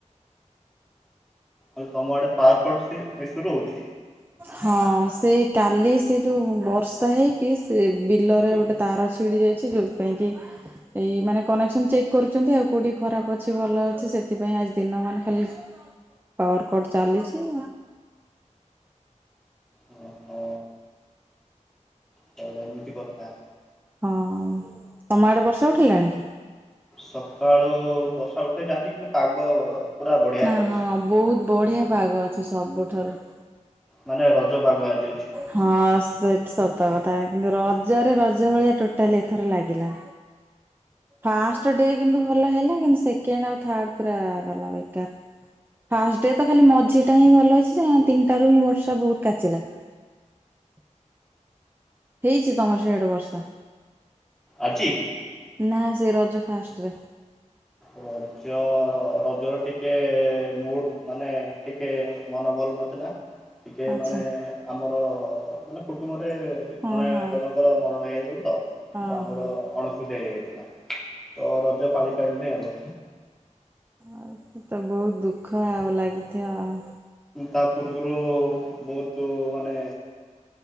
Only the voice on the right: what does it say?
ହଁ ସେ କାଲି ସେ ଯୋଉ ବର୍ଷା ହେଇକି ସେ ବିଲରେ ଗୋଟେ ତାର ଛିଡି ଯାଇଛି ଯୋଉଥିପାଇଁ କି ଏଇ ମାନେ କନେକ୍ସନ ଚେକ୍ କରୁଛନ୍ତି। ଆଉ କୋଉଠି ଖରାପ ଅଛି ଭଲ ଅଛି ସେଥିପାଇଁ ଆଜି ଦିନ ମ ଖାଲି ପାୱାର କଟ୍ ଚାଲିଛି।
ହଁ ତମ ଆଡେ ବର୍ଷା ଉଠିଲାଣି କି?
ନା
ହଁ ବହୁତ ବଢିଆ ପାଗ ଅ କି ସବୁ ଠାରୁ
ହଁ ସେ ସତ କଥା କିନ୍ତୁ ରଜରେ ରଜ ଭଳିଆ ଟୋଟାଲି ଏଥର ଲାଗିଲା। ଫାଷ୍ଟ ଡେ କିନ୍ତୁ ଭଲ ହେଲା କିନ୍ତୁ ସେକେଣ୍ଡ ଆଉ ଥାର୍ଡ଼ ପୁରା ଗଲା ବେକାର ଫାଷ୍ଟ ଡେ ତ ଖାଲି ମଝିଟା ହିଁ ଭଲ ଅଛି ତିନିଟାରୁ ହିଁ ବର୍ଷା ବହୁତ କାଚିଲା। ହେଇଛି ତମର ସିଆଡେ ବର୍ଷା।
ନା ସେ ରଜ ଫାଷ୍ଟରେ
ଆଚ୍ଛା
ହଁ
ହଁ
ଓହୋ।
ଆ। ଏ ତ ବହୁତ ଦୁଃଖ ଆଉ ଲାଗିଥିବ ଆଉ।